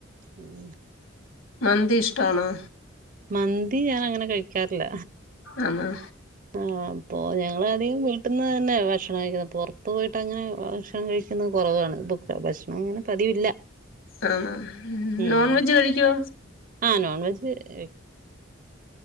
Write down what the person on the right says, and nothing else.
ഉം
മന്തി ഞാൻ അങ്ങനെ കഴിക്കാറില്ല
ആ അപ്പൊ ഞങ്ങളധികം വീട്ടിന്ന് തന്നാ ഭക്ഷണം കഴിക്കുന്ന പൊറ പോയിട്ടങ്ങനെ ഭക്ഷണം കഴിക്കുന്നത് കൊറവാണ് പൊ ത്ത ഭക്ഷണം ഇങ്ങനെ പതിവില്ല
ഉം
ആ നോൺവെജ് കഴി